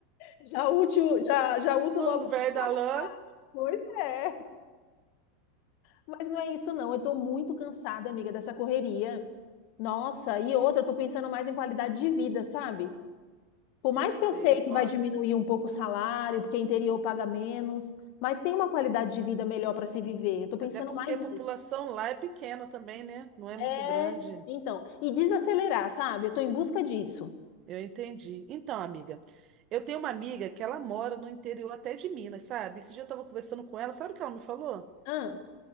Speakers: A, on the left (about 50°); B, on the right (about 35°).
A: Já útil, já, já uso
B: O
A: logo
B: velho
A: o
B: da
A: útil.
B: lã.
A: Pois é, mas não é isso não. Eu tô muito cansada, amiga, dessa correria. Nossa, e outra, eu tô pensando mais em qualidade de vida, sabe? Por mais
B: Eu sei,
A: que eu sei
B: amiga.
A: que
B: Ó,
A: vai diminuir um pouco o salário, porque interior paga menos, mas tem uma qualidade de vida melhor para se viver. Eu tô pensando
B: Até porque
A: mais
B: a
A: nisso.
B: população lá é pequena também, né? Não é
A: É,
B: muito grande.
A: então, e desacelerar, sabe? Eu tô em busca disso.
B: Eu entendi. Então, amiga, eu tenho uma amiga que ela mora no interior até de Minas, sabe? Esse dia eu estava conversando com ela, sabe o que ela me falou?
A: Ah,